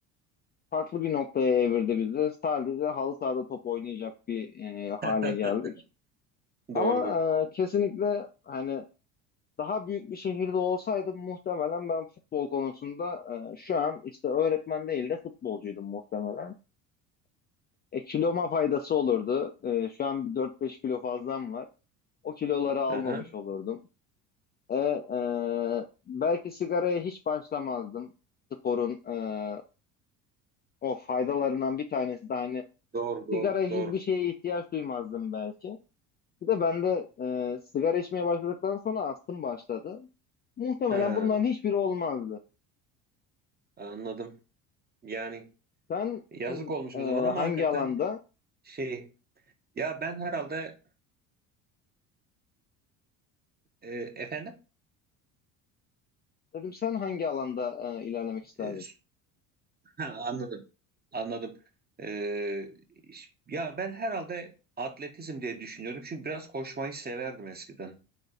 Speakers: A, on the left; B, on the right.
A: farklı bir noktaya evirdi bizi. Sadece halı sahada top oynayacak bir e, hale
B: <laughs>
A: geldik. Ama
B: Doğrudur.
A: e, kesinlikle hani daha büyük bir şehirde olsaydım muhtemelen ben futbol konusunda e, şu an işte öğretmen değil de futbolcuydum muhtemelen. E, kiloma faydası olurdu. E, şu an bir 4-5 kilo fazlam var. O kiloları almamış
B: Aha.
A: olurdum. E, e, belki sigaraya hiç başlamazdım. Sporun e, o faydalarından bir tanesi de hani
B: Doğru, doğru,
A: sigara gibi
B: doğru.
A: bir şeye ihtiyaç duymazdım belki. Bir de bende e, sigara içmeye başladıktan sonra astım başladı. Muhtemelen
B: Ha,
A: bunların hiçbiri olmazdı.
B: anladım. Yani.
A: Sen
B: Yazık
A: m,
B: olmuş o
A: e,
B: zaman ama
A: hangi
B: hakikaten
A: alanda?
B: şey ya ben herhalde e, efendim
A: Dedim sen hangi alanda e, ilerlemek isterdin?
B: E, s- <laughs> ha, anladım anladım E, iş- ya ben herhalde atletizm diye düşünüyordum çünkü biraz koşmayı severdim eskiden